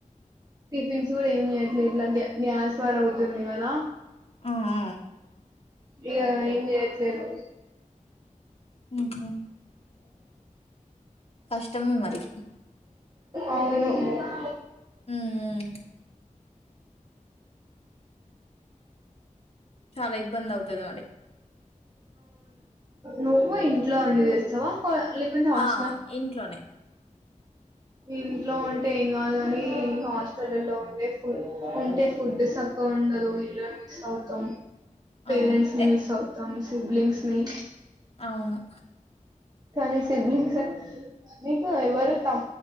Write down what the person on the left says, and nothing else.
ఆ ఆ
ఉహు కష్టమే మరి
హ్మ్. చాల ఇబ్బంది అవుతది మరి
ఆ ఇంట్లోనే
అవును.
ఎ
అవును